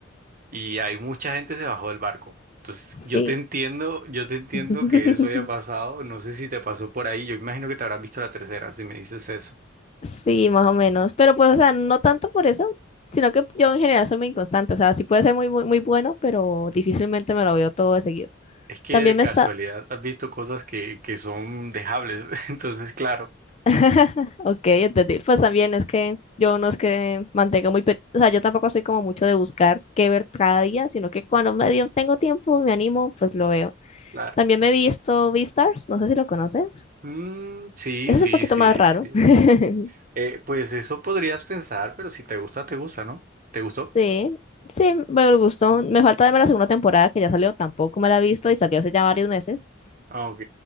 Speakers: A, on the right; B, on the left.
A: y hay mucha gente se bajó del barco. Entonces,
B: Sí.
A: yo te entiendo, yo te entiendo
B: <laughs>
A: que eso haya pasado. No sé si te pasó por ahí. Yo imagino que te habrás visto la tercera, si me dices eso.
B: Sí, más o menos. Pero pues, o sea, no tanto por eso, sino que yo en general soy muy inconstante. O sea, sí puede ser muy, muy, muy bueno, pero difícilmente me lo veo todo de seguido.
A: Es que
B: También
A: de casualidad
B: me está...
A: has visto cosas que, que son dejables. <laughs> Entonces, claro,
B: <laughs> Ok, entendí. Pues también es que yo no es que mantenga muy... pe- O sea, yo tampoco soy como mucho de buscar qué ver cada día, sino que cuando medio tengo tiempo, me animo, pues lo veo.
A: claro.
B: También me he visto Beastars, no sé si lo conoces.
A: Mm, sí,
B: Ese
A: sí,
B: es un poquito
A: sí,
B: más raro.
A: sí.
B: <laughs>
A: Eh, pues eso podrías pensar, pero si te gusta, te gusta, ¿no? ¿Te gustó?
B: Sí, sí, me gustó. Me falta verme la segunda temporada que ya salió, tampoco me la he visto y salió hace ya varios meses.
A: Ok,